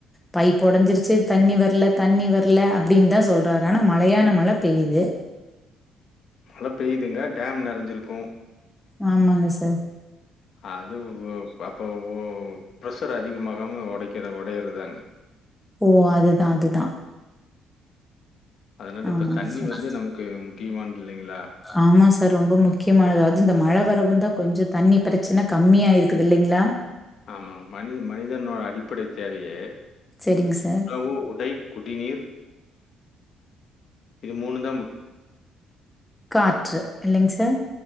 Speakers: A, in the centre; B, on the left (about 50°).
A: பைப் ஒடஞ்சிருச்சு தண்ணி வர்ல தண்ணி வர்ல அப்டின்னு தா சொல் <unintelligible> மழையான மழை பெய்யுது
B: மழ பெய்யுதுங்க டேம் நிறஞ்சிருக்கு
A: ஆமாங்க சார்
B: அது வோ அப்போ ஓ ப்ரெஷர் அதிகமாகாம ஒடைக்கிற ஒடையறதாங்க
A: ஓ அதுதா அதுதா
B: அதனால
A: ஆமாங்க
B: இப்ப தண்ணி
A: சார்
B: வந்து நமக்கு முக்கியமானது இல்லைங்களா
A: ஆமா சார் ரொம்ப முக்கியமானது அது இந்த மழை வரவு தா கொஞ்சோ தண்ணி பிரெச்சன கம்மியா இருக்குது இல்லைங்களா
B: ஆமாங்க மனித மனிதனோட அடிப்படை தேவையே
A: சரிங்க சார்.
B: உணவு உடை குடிநீர் இது மூணு தா
A: காற்று இல்லைங்க சார்